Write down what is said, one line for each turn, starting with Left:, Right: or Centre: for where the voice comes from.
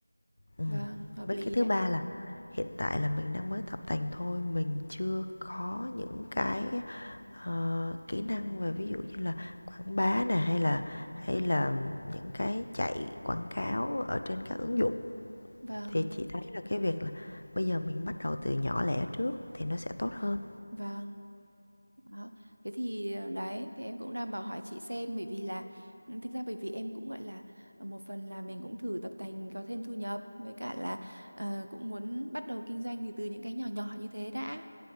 Left: Ừm.
Right: vâng, hợp
Left: Với
Right: lý
Left: cái thứ
Right: đấy.
Left: ba là hiện tại là mình đang mới tập tành thôi, mình chưa có những cái, ờ, kỹ năng về ví dụ như là quảng bá nè, hay là hay là những cái chạy quảng cáo ở trên các ứng dụng.
Right: Vâng,
Left: Thì chị thấy là cái việc là bây giờ mình bắt đầu từ nhỏ lẻ trước thì nó sẽ tốt hơn.
Right: vâng. Đó. Thế thì ờ, đấy thì em cũng đang bảo hỏi chị xem bởi vì là ừ, thực ra bởi vì em cũng gọi là ờ, một phần là mình cũng thử tập tành có thêm thu nhập với cả là ờ, cũng muốn bắt đầu kinh doanh thì từ những cái nhỏ nhỏ như thế đã